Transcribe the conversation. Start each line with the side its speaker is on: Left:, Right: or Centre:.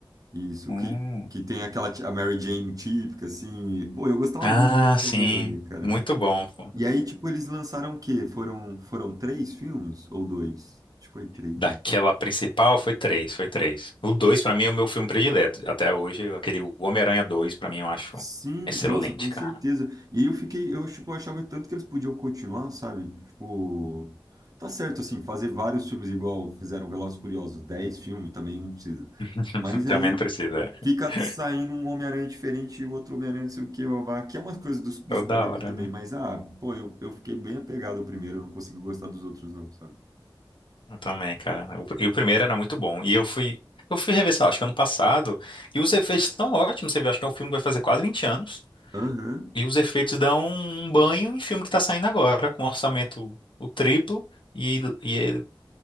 Right: isso.
Left: Hum.
Right: Que, que tem aquela ti- a Mary Jane típica, assim. Pô, eu gostava
Left: Ah,
Right: muito desse
Left: sim.
Right: Homem-Aranha, cara.
Left: Muito bom. pô.
Right: E aí, tipo, eles lançaram o quê? Foram, foram três filmes? Ou dois? Acho que foi três,
Left: Daquela
Right: né?
Left: principal foi três, foi três. O dois, pra mim, é o meu filme predileto. Até hoje, aquele Homem-Aranha 2, pra mim, eu acho
Right: Sim,
Left: excelente,
Right: nossa, com
Left: cara.
Right: certeza. E aí eu fiquei, eu, tipo, achava tanto que eles podiam continuar, sabe? Tipo, tá certo, assim, fazer vários filmes igual fizeram Velozes e Furiosos, dez filmes também não precisa.
Left: <laughs>
Right: Mas
Left: Também
Right: aí
Left: não precisa.
Right: fica
Left: <laughs>
Right: saindo um Homem-Aranha diferente e o outro Homem-Aranha não sei o que babá, que é umas coisas dos, dos
Left: Toda
Right: quadrinhos
Left: hora,
Right: também.
Left: né?
Right: Mas, ah, pô, eu, eu fiquei bem apegado ao primeiro, eu não consegui gostar dos outros não, sabe?
Left: Eu também, cara. O- E o primeiro era muito bom. E eu fui. Eu fui rever, sei lá, acho que ano passado. E os efeitos estão ótimos. Você vê, acho que é um filme que vai fazer quase 20 anos.
Right: Aham,
Left: E os efeitos dão um banho em filme que tá saindo agora, com um orçamento o triplo, e, e, é-